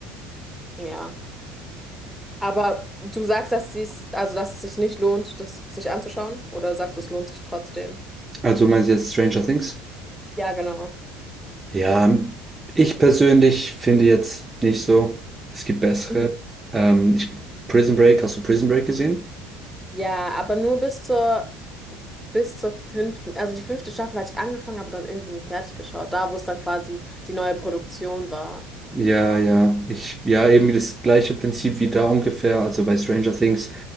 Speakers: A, in the centre; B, on the right.
A: ja. Aber du sagst, dass dies, also dass es sich nicht lohnt, das sich anzuschauen? Oder sagst du, es lohnt sich trotzdem?
B: Also meinst du jetzt Stranger Things?
A: Ja, genau.
B: Ja, ich persönlich finde jetzt nicht so. Es gibt bessere.
A: Mhm.
B: Ähm, ich, Prison Break, hast du Prison Break gesehen?
A: Ja, aber nur bis zur bis zur fünften, also die fünfte Staffel hatte ich angefangen, aber dann irgendwie nie fertig geschaut. Da, wo es dann quasi die neue Produktion war.
B: Ja, ja, ich, ja, eben das gleiche Prinzip wie da ungefähr. Also bei Stranger Things